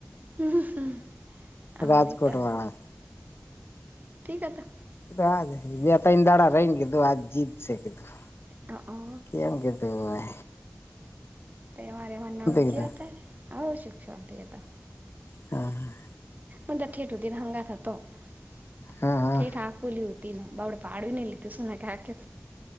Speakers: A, on the right (about 35°); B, on the left (about 60°).
A: હ આવલી
B: રાજકોટ
A: તહ
B: વાળા
A: ઠીક તો.
B: કધું આજ બે તને દાડા રહીને કીધું આજ જીતશે કીધું.
A: કા ઓ.
B: કેમ કીધું હોય.
A: તે મારે મંડણ
B: કીધું
A: જ જ હતા આવ શિક્ષવંતિ હતા.
B: હમ
A: મ ત ઠેટ હોતી હંગા થ તો થઠેટ
B: હા હા
A: હાફુલી હોતી. બાવડે પાડવી નઈ લીધું શુંને કે આ કે